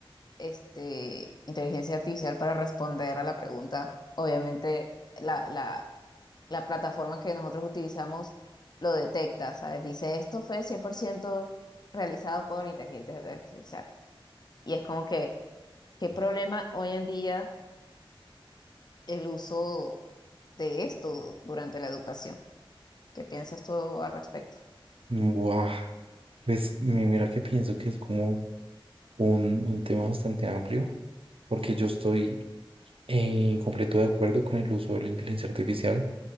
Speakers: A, on the left; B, on the right.
A: este, inteligencia artificial para responder a la pregunta. Obviamente la, la, la plataforma que nosotros utilizamos lo detecta, ¿sabes? Dice, esto fue 100% realizado por inteligencia artificial. Y es como que, ¿qué problema hoy en día el uso de esto durante la educación? ¿Qué piensas tú al respecto?
B: Buah, pues mi- mira que pienso que es como un, un tema bastante amplio, porque yo estoy en completo de acuerdo con el uso de la inteligencia artificial